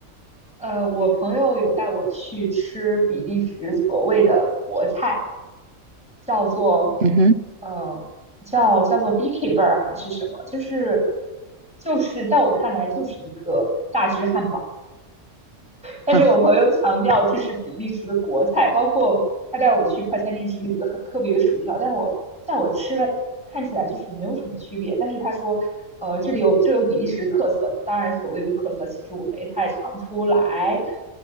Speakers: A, in the centre; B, on the right.
A: 呃，我朋友有带我去吃比利时所谓的国菜，叫做，
B: 嗯哼，
A: 呃，叫叫做 Beekeeper 还是什么，就是就是在我看来就是一个大只汉堡。但是我朋友强调这是比利时的国菜，
B: 啊，
A: 包括他带我去快餐店吃了一个很特别的薯条，但我在我吃了看起来就是没有什么区别，但是他说，呃，这里有这有比利时特色，当然所谓的特色其实我没太尝出来，